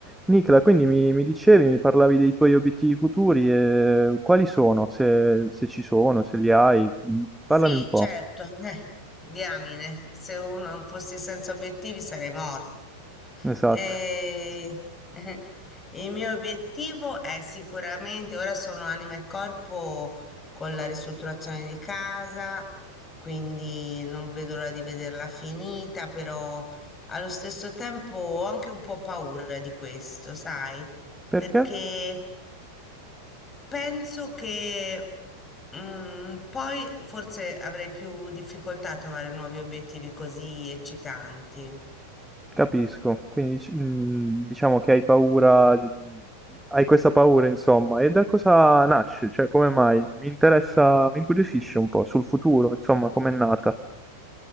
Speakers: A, in the centre; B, on the left.
A: Nicola, quindi mi, mi dicevi, mi parlavi dei tuoi obiettivi futuri e quali sono, se, se ci sono, se li hai, Mm,
B: Sì,
A: parlami un po'.
B: certo, eh, diamine, se uno non fossi senza obiettivi sarei morto.
A: Esatto.
B: Eh, eh, il mio obiettivo è sicuramente, ora sono anima e corpo con la ristrutturazione di casa, quindi non vedo l'ora di vederla finita, però allo stesso tempo ho anche un po' paura di questo, sai?
A: Perché?
B: Perché penso che mm, poi forse avrei più difficoltà a trovare nuovi obiettivi così eccitanti.
A: Capisco. Quindi dic- mm, diciamo che hai paura, di- hai questa paura, insomma, e da cosa nasce? Cioè, come mai? Mi interessa, mi incuriosisce un po' sul futuro, insomma, com'è nata.